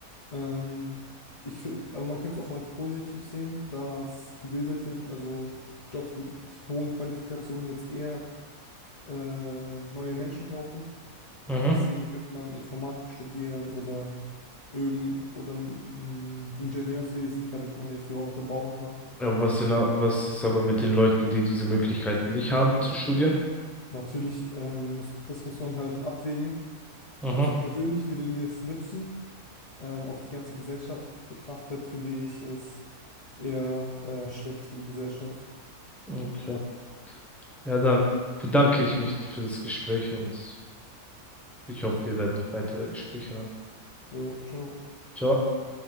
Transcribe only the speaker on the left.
Ähm, ich, fi- aber man könnte es auch als positiv sehen, dass gebildete, also Jobs mit hohen Qualifikationen jetzt eher äh, neue Menschen brauchen.
Deswegen könnte man Informatik studieren oder irgend oder mm, Ingenieurswesen, damit man jetzt die Roboter bauen kann.
Natürlich ähm, muss das muss man halt abwägen.
Also persönlich würde mir es nützen. Ähm, auf die ganze Gesellschaft betrachtet finde ich es eher äh, schlecht für die Gesellschaft.
Jo, ciao.